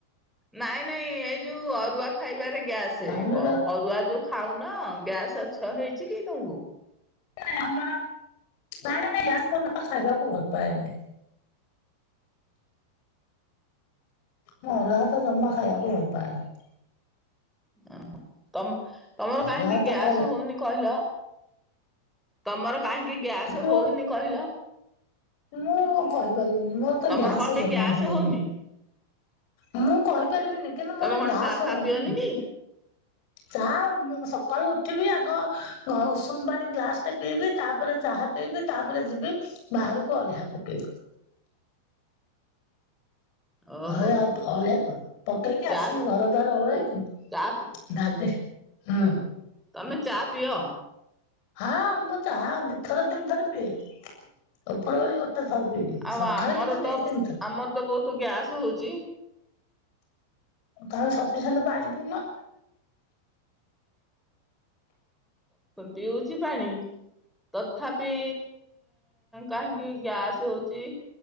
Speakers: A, in the centre; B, on the left.
A: ନାଇଁ ନାଇଁ ଏଇ ଯୋଉ ଅରୁଆ ଖାଇବାରେ ଗ୍ୟାସ୍। ସେ
B: ତାହେଲେ
A: କ ଅରୁଆ ଯୋଉ ଖାଉନ ଗ୍ୟାସ୍ ଅଛି ହେଇଛି କି ତମକୁ?
B: ନଁ ଆ ନାଇଁ ନ ନାଇ ୟ ମନ ନା ଖାଇବାକୁ ଭଲ ପାଏନାଇ। ମୁଁ ଅରୁଆ ଭାତ ଜମା ଖାଇବାକୁ ଭଲପାଏନି।
A: ଓ ତମ ତମର
B: ଅରୁଆ
A: କାହିଁକି
B: ଭାତ
A: ଗ୍ୟାସ୍
B: ଖାଇଲା
A: ହଉନି? କହିଲ ତମର କାହିଁକି ଗ୍ୟାସ
B: ମୋର
A: ହଉନି କହିଲ?
B: ମୁଁ କହିପାରିବିନି ମୋର ତ
A: ତମର
B: ଗ୍ୟାାସ
A: କଣ ପାଇଁ
B: ଜମା
A: ଗ୍ୟାସ୍
B: ହୁଏନି।
A: ହଉନି?
B: ମୁଁ କହିପାରିବିନି କିନ୍ତୁ
A: ତମେ
B: ମୋର
A: କଣ
B: ଗ୍ୟାସ
A: ଚା ଫା
B: ହଉନି।
A: ପିଅନି କି?
B: ଚାହା ସକାଳୁ ଉଠିବି ଆଗ ଉଷୁମ ପାଣି ଗ୍ଲାସ ଟେ ପିଇବି ତାପରେ ଚାହା ପିଇବି ତାପରେ ଯିବି ବାହାରକୁ ଅଳିଆ ପକେଇବି।
A: ଓହୋ
B: ହଳିଆ ଆଉ ଅଳିଆ ପକେଇକି ଆସିକି
A: ଚା
B: ଘର ଦ୍ୱାର ଅଳିଆ
A: ଚା
B: ନାବେ ହୁଁ।
A: ତମେ ଚା ପିଅ?
B: ହଁ ମୁଁ ଚା ଦିଇ ଥର ତିନି ଥର ପିଏ। ଉପରବେଳି ଗୋଟେ ଥର ପିଇବି
A: ଆଉ
B: ସକାଳେ
A: ଆମର
B: କିନ୍ତୁ
A: ତ
B: ଦି ତିନିଥର।
A: ଆମର ତ ବହୁତ ଗ୍ୟାସ ହଉଛି।
B: ତମେ ସଫିସିଣ୍ଟ ପାଣି ପିଉନ।
A: ପିଉଛି ପାଣି ତଥାପି କାହିଁକି ଗ୍ୟାସ ହଉଛି?